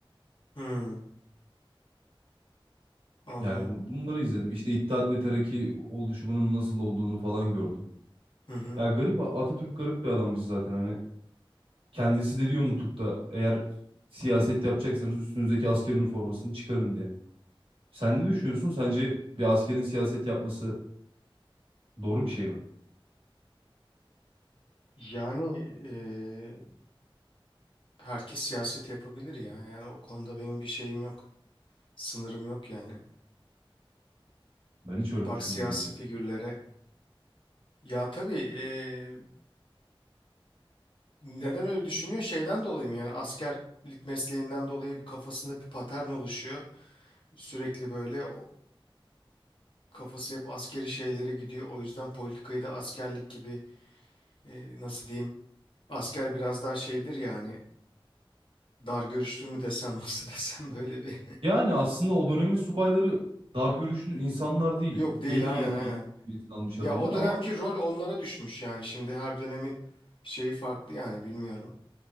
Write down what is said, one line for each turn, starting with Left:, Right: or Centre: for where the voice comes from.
Left: Hı, anladım.
Right: Yani bu- bunları izledim. İşte İttihat ve Terakki oluşumunun nasıl olduğunu falan gördüm.
Left: Hı hı.
Right: Ya garip A- Atatürk garip bir adammış zaten hani kendisi de diyor nutukta eğer siyaset yapacaksanız üstünüzdeki asker üniformasını çıkarın diye. Sen ne düşünüyorsun? Sence bir askerin siyaset yapması doğru bir şey mi?
Left: Yani eee, herkes siyaset yapabilir ya. Yani o konuda benim bir şeyim yok. Sınırım yok yani.
Right: Ben hiç öyle
Left: Bak
Right: düşünmüyorum.
Left: siyasi figürlere. Ya tabii eee, neden öyle düşünmüyor? Şeyden dolayı mı yani askerlik mesleğinden dolayı kafasında bir patern oluşuyor. Sürekli böyle o kafası hep askeri şeylere gidiyor. O yüzden politikayı da askerlik gibi eee, nasıl diyeyim Asker biraz daha şeydir ya hani dar görüşlü mü desem <laughs> nasıl desem böyle bir.
Right: Yani aslında o dönemin subayları dar görüşlü insanlar
Left: <laughs>
Right: değil.
Left: Yok değil
Right: En iyi
Left: aynen aynen.
Right: eğitim seviyesini almış
Left: Ya
Right: adamlar
Left: o dönemki
Right: ama
Left: rol onlara düşmüş yani şimdi her dönemin şeyi farklı yani bilmiyorum.